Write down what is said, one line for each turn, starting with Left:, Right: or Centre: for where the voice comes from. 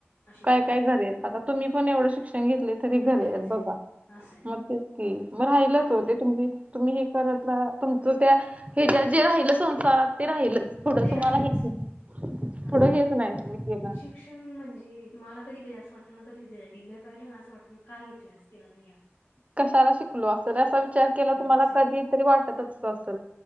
Left: आशी
Right: काय
Left: गंमत
Right: काय घरी
Left: ये.
Right: आहेत आता तुम्ही पण एवढं शिक्षण घेतलय, तरी घरी
Left: घरीच
Right: आहेत बघा
Left: आहे असं आहे
Right: मग तें कि, मग राहिलच
Left: आत
Right: ओ तें तुम तुम्ही हे करत रहा, तुमच त्या ह ज्या जे राहिलं संसारात. ते राहीलच पुढं
Left: ते
Right: तुम्हाला
Left: राहिलच
Right: हेच,
Left: असं
Right: पुढं हेच नाही
Left: एवढं
Right: तुम्ही केला.
Left: शिक्षण म्हणजे, मला कधी-कधी अस वाटत ना, कधी त्या डिगऱ्या पहिल्या ना अस वाटत का घेतल्या असतील आपण या? ह <inaudible>
Right: कशाला शिकलो असेल? असा विचार केला तुम्हाला
Left: असेल
Right: कधीतरी वाटतच असल.